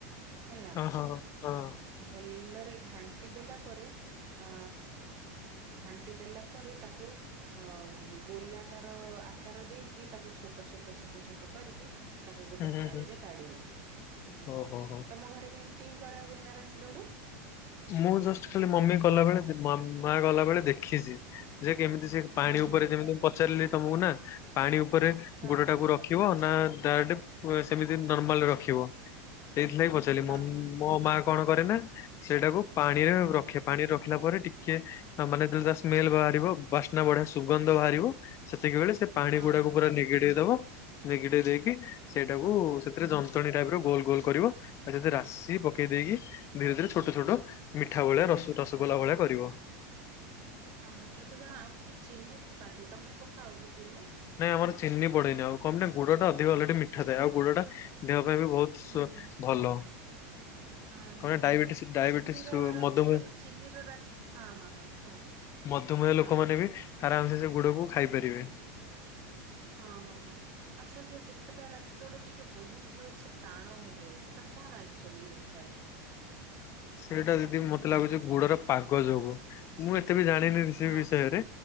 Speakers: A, on the right; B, on the left.
A: ହେଲା ନା
B: ହଁ ହଁ ହଁ
A: ଭଲରେ ଘାଣ୍ଟି ଦେଲା ପରେ ଆ ଘାଣ୍ଟି ଦେଲା ପରେ ତାକୁ ଅ ଗୋଲାକାର ଆକାର ଦେଇକି ତାକୁ ଛୋଟ ଛୋଟ ଛୋଟ ଛୋଟ କରିକି ତାକୁ ଗୋଟେ
B: ହୁଁ ହୁଁ
A: ଥାଳିରେ
B: ହୁଁ
A: କାଢି଼ବ ହୁଁ
B: ଓହୋ ହୋ
A: ତମ ଘରେ ବି ଏମତି ହିଁ କରାହୁଏ ନା ରାଶି ଲଡ଼ୁ।
B: ମୁଁ ଜଷ୍ଟ ଖାଲି ମମି କଲାବେଳେ ମା ଗଲାବେଳେ ଦେଖିଛି ଯେ କେମିତି ସେ ପାଣି
A: ହଁ
B: ଉପରେ
A: ହଁ
B: ଯେମିତି ମୁ ପଚାରିଲି ତମକୁ ନା ପାଣି ଉପରେ
A: ହଁ
B: ଗୁଡଟାକୁ
A: ହଁ
B: ରଖ ରଖିବ ନା ଡାଇରେକ୍ଟ ସେମିତି ନର୍ମାଲରେ ରଖିବ ସେଇଥିଲାଗି ପଚାରୁ ମୋ
A: ହଁ ହଁ
B: ମା କଣ କରେ ନା ସେଇଟାକୁ ପାଣିରେ
A: ହଁ ହଁ
B: ରଖେ। ପାଣି ରଖିଲା ପରେ ଟିକେ ମାନେ ତା ସ୍ମେଲ ବାହାରିବ ବାସ୍ନା ବଢିଆ ସୁଗନ୍ଧ ବାହାରିବ। ସେତିକିବେଳେ ସେ ପାଣି
A: ହଁ
B: ଗୁଡାକୁ
A: ହଁ
B: ପୁରା
A: ହଁ।
B: ନିଗେଡେଇ ଦବ ନିଗେଡେଇ ଦେଇକି ସେଇଟାକୁ
A: ଓହୋ
B: ସେଥିରେ ଯ <inaudible> ଟାଇପର ଗୋଲ ଗୋଲ କରିବ ଆ ରାଶି ପକେଇ ଦେଇକି ଧୀରେ ଧୀରେ ଛୋଟ ଛୋଟ ମିଠା ଭଳିଆ ରସ ରସଗୋଲା
A: ଆହଁ
B: ଭଳିଆ
A: ହ।
B: କରିବ।
A: ହଁ କେତେଜଣ ଆଉ ଟିକେ ଚିନି ପକାନ୍ତି ତମେ ପକାଅ କି ଚିନି?
B: ନାଇଁ ଆମର ଚିନି ପଡେ଼ନି ଆଉ କମ ନା ଗୁଡଟା ଅଧିକ ଅଲରେଡି ମିଠା ଥାଏ ଆଉ ଗୁଡ ଟା ଦେହ ପାଇଁ ବି ବହୁତ
A: ହୁଁ ହୁଁ
B: ଭଲ।
A: ହଁ
B: କଣ
A: ହଁ
B: ଡାଇବେଟିସ
A: ହଁ
B: ଡାଇବେଟିସ
A: ଚିନିର ରାସି
B: ମଧୁମେହ
A: ଲ ଚିନି ର ରାସି ହଁ ହଁ ହଁ କୁହ?
B: ମଧୁମୟ ଲୋକମାନେ
A: ହଁ।
B: ବି ଆରାମସେ ସେ ଗୁଡକୁ ଖାଇପାରିବେ?
A: ହଁ ହଁ ହଁ। ଆଚ୍ଛା ଯୋଉ କେତେଟା ରାସି ଲଡ଼ୁ ଟିକେ ବହୁତ ଜୋର ସେ ଟାଣ ହୁଏ ସେଟା କଣ ଆକଚୁଆଲି ହେଇଥାଏ?
B: ସେଇଟା
A: ହଁ
B: ଦିଦି ମତେ ଲାଗୁଛି ଗୁଡ଼ର ପାଗ ଯୋଗୁ ମୁଁ ଏତେ ବି ଜାଣିନି? ସେ
A: ହଁ
B: ବିଷୟରେ
A: ହଁ